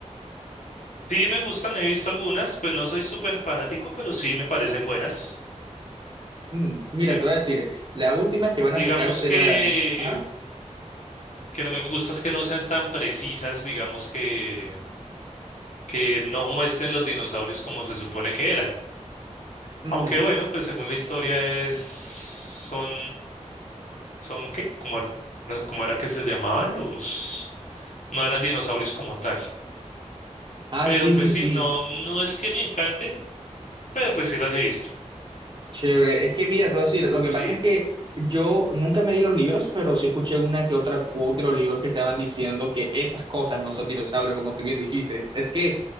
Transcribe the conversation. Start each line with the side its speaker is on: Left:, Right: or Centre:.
Left: Sí, me gustan, he visto algunas, pues no soy súper fanático, pero sí me parecen buenas.
Right: Mm, mira,
Left: Sí,
Right: te voy a decir, la última que van
Left: digamos
Right: a sacarte
Left: que.
Right: era... Ajá.
Left: que no me gusta es que no sean tan precisas, digamos que, que no muestren los dinosaurios como se supone que eran.
Right: Mm.
Left: Aunque bueno, pues según la historia es, son, son qué, como, era cómo era que se llamaban los, no eran dinosaurios como tal.
Right: Ah,
Left: Pero
Right: sí,
Left: pues
Right: sí,
Left: sí,
Right: sí.
Left: no, no es que me encante, pero pues sí las he visto.
Right: Chévere. Es que mira, te voy a decir, lo que
Left: Sí.
Right: pasa es que yo nunca me leí los libros, pero sí escuché una que otra quote de los libros que estaban diciendo que esas cosas no son dinosaurios, como tú bien dijiste. Es que